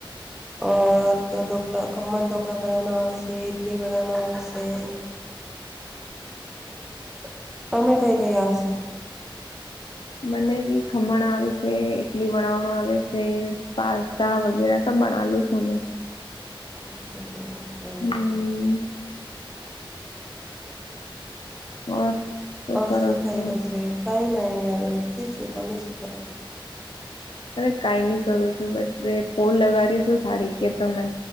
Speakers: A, in the centre; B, on the left (about 70°).
A: <unintelligible> ઢોકરા ખમણ ઢોકલા બનનાા હોશે ઇડલી બનના <unintelligible>
B: <inaudible>
A: <unintelligible> કઈ કઈ આવશે
B: મને બી ખમણ આવે છે ઈટલી બનાવાણ આવે છે પા તા વગેરે સબ બનાલું છુંમે
A: અચ્છા છે
B: હમ ઓર શું
A: હ અરસ
B: કરો
A: થય
B: છો?
A: રહ્યો છે કાંઈ નહીં હવે ઉતી છું તમે શું કરો છો
B: અરે કઈ નહી કરું છું બછ ફોલ લગાવ્યુંશું સાડી કે તમે